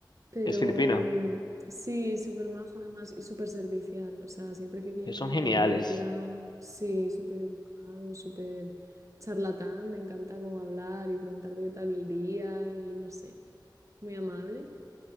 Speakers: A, on the right (about 40°); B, on the left (about 65°).
A: Pero
B: Es filipino,
A: mm, sí, súper majo además y súper servicial. O sea, siempre que viene
B: ellos son geniales.
A: limpia, sí, súper educado, súper charlatán. Le encanta como hablar y preguntarte qué tal el día y no sé, muy amable.